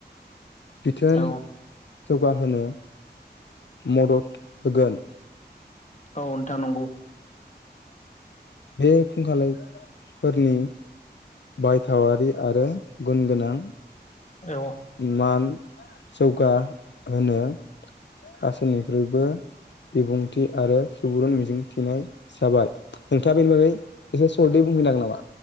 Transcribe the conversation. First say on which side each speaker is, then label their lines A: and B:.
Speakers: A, on the left; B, on the left.
A: बिथोन
B: औ
A: जौगाहोनो मदद होगोन
B: औ नोंथा नंगौ
A: बे फुंखालफोरनि बायथावारि आरो गुन गोनां
B: औ
A: मान जौगा होनो गासैनिख्रुइबो बिबुंथि आरो सुबुरुन मिजिंथिनाय जाबाय नोंथाङा बेनि बागै एसे <unintelligible> नामा